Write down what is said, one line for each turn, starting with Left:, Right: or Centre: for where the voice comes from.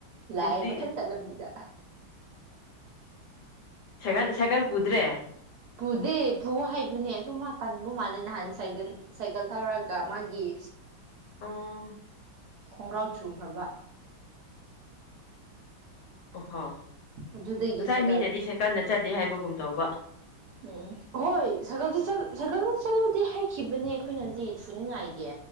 Right: ꯂꯥꯏꯑ
Left: ꯍꯧꯖꯤꯛꯇꯤ
Right: ꯃꯊꯟ ꯇꯠꯂꯝꯕꯤꯗ
Left: ꯁꯀꯥꯟ ꯁꯀꯜ ꯄꯨꯗ꯭ꯔꯦ
Right: ꯄꯨꯨꯗꯦ ꯄꯨꯨꯍꯣ ꯍꯥꯏꯕꯅꯦ ꯑꯗꯨꯃꯥ ꯇꯥꯟꯕꯕꯨ ꯃꯥꯜꯅ ꯍꯥꯟ ꯁꯥꯏꯒꯟ ꯁꯥꯏꯀꯜ ꯊꯧꯔꯒꯒ ꯃꯥꯒꯤ
Left: ꯑꯥ
Right: ꯈꯣꯡꯒ꯭ꯔꯥꯎ ꯆꯨꯈ꯭ꯔꯕ
Left: ꯑꯣ ꯍ
Right: ꯑꯗꯨꯗꯒꯤ
Left: ꯉꯁꯥꯏ
Right: ꯁꯥꯏꯀꯜ
Left: ꯃꯤꯅꯗꯤ ꯁꯦ ꯀꯟꯅ ꯆꯠꯂꯤꯦ ꯍꯥꯏꯕꯒꯨꯝ ꯇꯧꯕ
Right: ꯎꯝ ꯍꯣꯏ ꯁ ꯆ ꯁ ꯆꯠꯂꯨꯗꯤ ꯍꯥꯏꯈꯤꯕꯅꯦ ꯑꯩꯈꯣꯏꯅꯗꯤ ꯊꯨꯅꯤꯡꯉꯥꯏꯒꯤ